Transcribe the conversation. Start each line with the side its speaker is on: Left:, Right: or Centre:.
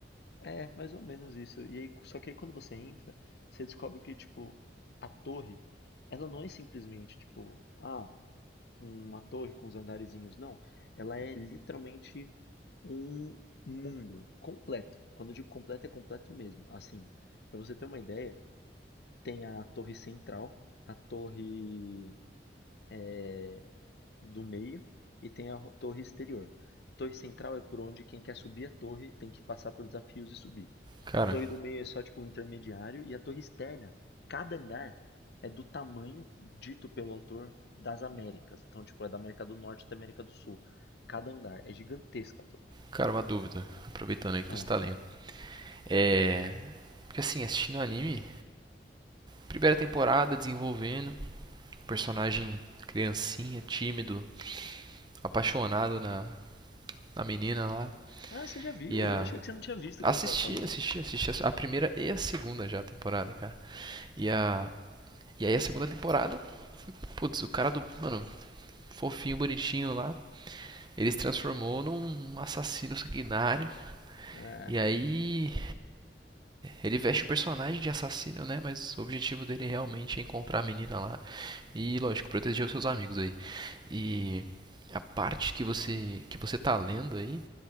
Left: É, mais ou menos isso. E aí, só que aí quando você entra, você descobre que, tipo, a torre, ela não é simplesmente, tipo, ah, uma torre com os andarezinhos, não. Ela é literalmente um mundo completo. Quando eu digo completo, é completo mesmo. Assim, pra você ter uma ideia, tem a torre central, a torre é, do meio e tem a torre exterior. A torre central é por onde quem quer subir a torre tem que passar por desafios e subir.
Right: Cara,
Left: A torre do meio é só tipo um intermediário e a torre externa, cada andar é do tamanho dito pelo autor das Américas. Então, tipo, é da América do Norte até América do Sul. Cada andar é gigantesca a torre.
Right: Cara, uma dúvida. Aproveitando aí que
Left: Ah.
Right: você tá lendo. É. Porque assim, assistindo o anime, primeira temporada desenvolvendo, personagem criancinha, tímido, apaixonado na, na menina lá.
Left: Ah, você já viu?
Right: E a.
Left: Eu achei que você não tinha visto
Right: Assisti,
Left: quando eu tava falando.
Right: assisti, assisti a- primeira e a segunda já temporada, cara. E a. E aí a segunda temporada, putz, o cara do. Mano, fofinho, bonitinho lá. Ele se transformou num assassino sanguinário.
Left: É.
Right: E aí. Ele veste o personagem de assassino, né? Mas o objetivo dele realmente é encontrar a menina lá E lógico, proteger os seus amigos aí. E a parte que você que você tá lendo aí,